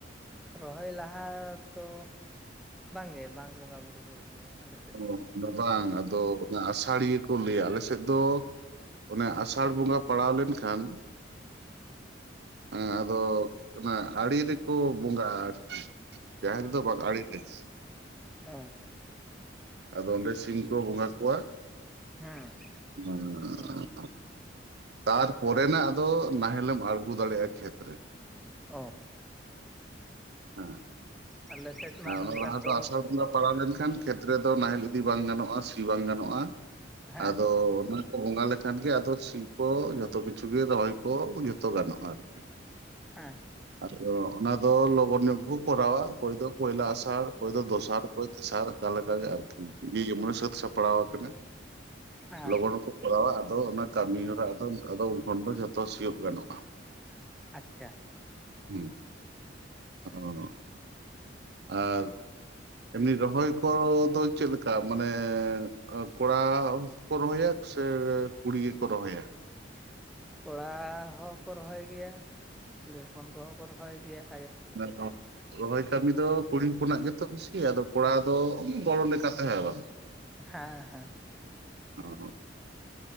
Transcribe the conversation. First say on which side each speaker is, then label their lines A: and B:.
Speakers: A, in the centre; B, on the right.
A: ᱨᱚᱦᱚᱭ ᱞᱟᱦᱟ ᱛᱚᱻ ᱵᱟᱝᱜᱮ ᱵᱟᱝ ᱵᱚᱸᱜᱟ ᱵᱩᱨᱩ ᱦᱩᱭᱩᱜ ᱜᱮᱭᱟ ᱟᱞᱮ
B: ᱚ ᱫᱚ ᱵᱟᱝ ᱟᱫᱚ ᱚᱱᱟ ᱟᱥᱟᱲᱤᱭᱟᱹ ᱠᱚ ᱞᱟᱹᱭᱟ ᱾ ᱟᱞᱮ ᱥᱮᱫ ᱫᱚ ᱚᱱᱮ ᱟᱥᱟᱲ ᱵᱚᱸᱜᱟ ᱯᱟᱲᱟᱣ ᱞᱮᱱᱠᱷᱟᱱ ᱦᱮᱸ ᱟᱫᱚ ᱚᱱᱟ ᱟᱲᱮ ᱨᱮᱠᱚ ᱵᱚᱸᱜᱟᱜᱼᱟ ᱟᱨᱠᱤ ᱡᱟᱦᱮᱨ ᱫᱚ ᱵᱟᱝ ᱟᱲᱮ ᱨᱮ ᱾
A: ᱮᱸ
B: ᱟᱫᱚ ᱚᱸᱰᱮ ᱥᱤᱢ ᱠᱚ ᱵᱚᱸᱜᱟ ᱠᱚᱣᱟ ᱾
A: ᱦᱮᱸ
B: ᱵᱟᱝ ᱟᱻ ᱛᱟᱨᱯᱚᱨᱮ ᱱᱟᱜ ᱟᱫᱚ ᱱᱟᱦᱮᱞᱮᱢ ᱟᱬᱜᱩ ᱫᱟᱲᱮᱭᱟᱜᱼᱟ ᱠᱷᱮᱛ ᱨᱮ ᱾
A: ᱚ
B: ᱦᱮᱸ
A: ᱟᱞᱮ ᱥᱮᱫ ᱢᱟ
B: ᱟᱨ
A: ᱱᱚᱝᱠᱟ
B: ᱚᱱᱟ ᱞᱟᱦᱟ
A: ᱛᱚ
B: ᱫᱚ ᱟᱥᱟᱲ ᱵᱚᱸᱜᱟ ᱯᱟᱲᱟᱣ ᱞᱮᱱᱠᱷᱟᱱ ᱠᱷᱮᱛ ᱨᱮᱫᱚ ᱱᱟᱦᱮᱞ ᱤᱫᱤ ᱵᱟᱝ ᱜᱟᱱᱚᱜᱼᱟ, ᱥᱤ ᱵᱟᱝ ᱜᱟᱱᱚᱜᱼᱟ ᱾
A: ᱦᱮᱸ
B: ᱟᱫᱚ ᱚᱱᱟ ᱵᱚᱸᱜᱟ ᱞᱮᱠᱷᱟᱱ ᱜᱮ ᱟᱫᱚ ᱥᱤ ᱠᱚ, ᱡᱚᱛᱚ ᱠᱤᱪᱷᱩ ᱜᱮ ᱨᱚᱦᱚᱭ ᱠᱚ, ᱡᱚᱛᱚ ᱜᱟᱱᱚᱜᱼᱟ ᱟᱨᱠᱤ ᱾
A: ᱦᱮᱸ
B: ᱟᱫᱚ ᱚᱱᱟ ᱫᱚ ᱞᱚᱜᱚᱱ ᱧᱚᱜ ᱜᱮᱠᱚ ᱠᱚᱨᱟᱣᱟ ᱾ ᱚᱠᱚᱭ ᱫᱚ ᱯᱚᱭᱞᱟ ᱟᱥᱟᱲ, ᱚᱠᱚᱭ ᱫᱚ ᱫᱚᱥᱟᱨ ᱚᱠᱚᱭ ᱛᱮᱥᱟᱨ ᱚᱱᱠᱟ ᱞᱮᱠᱟᱜᱮ ᱟᱨᱠᱤ ᱡᱮᱢᱚᱱᱮ ᱥᱟᱹᱛ ᱥᱟᱯᱲᱟᱣ ᱟᱠᱟᱱᱟ ᱾
A: ᱦᱮᱸ
B: ᱞᱚᱜᱚᱱ ᱦᱚᱸᱠᱚ ᱠᱚᱨᱟᱣᱟ ᱾ ᱟᱫᱚ ᱚᱱᱟ ᱠᱟᱹᱢᱤ ᱦᱚᱨᱟ ᱟᱫᱚ ᱟᱫᱚ ᱩᱱᱠᱷᱚᱱ ᱫᱚ ᱡᱷᱚᱛᱚ ᱥᱤᱭᱳᱜ ᱜᱟᱱᱚᱜᱼᱟ ᱾
A: ᱟᱪᱪᱷᱟ
B: ᱦᱩᱸ ᱚᱻ ᱟᱨ ᱮᱢᱱᱤ ᱨᱚᱦᱚᱭ ᱠᱚᱫᱚ ᱪᱮᱫ ᱞᱮᱠᱟ ᱢᱟᱱᱮ ᱚ ᱠᱚᱲᱟ ᱦᱚᱠᱚ ᱨᱚᱦᱚᱭᱟ ᱥᱮ ᱠᱩᱲᱤ ᱜᱮᱠᱚ ᱨᱚᱦᱚᱭᱟ?
A: ᱠᱚᱲᱟ ᱦᱚᱠᱚ ᱨᱚᱦᱚᱭ ᱜᱮᱭᱟ, ᱠᱩᱲᱤ ᱦᱚᱯᱚᱱ ᱠᱚᱦᱚᱸ ᱠᱚ ᱨᱚᱦᱚᱭ ᱜᱮᱭᱟ ᱾
B: ᱢᱟᱱᱮ ᱨᱚᱦᱚᱭ ᱠᱟᱹᱢᱤ ᱫᱚ ᱠᱩᱲᱤ ᱦᱚᱯᱚᱱᱟᱜ ᱜᱮᱛᱚ ᱵᱮᱥᱤ ᱾ ᱟᱫᱚ ᱠᱚᱲᱟ ᱫᱚ ᱜᱚᱲᱚ ᱞᱮᱠᱟ ᱦᱮ ᱵᱟᱝ?
A: ᱦᱮᱸ ᱦᱮᱸ ᱾
B: ᱚᱻ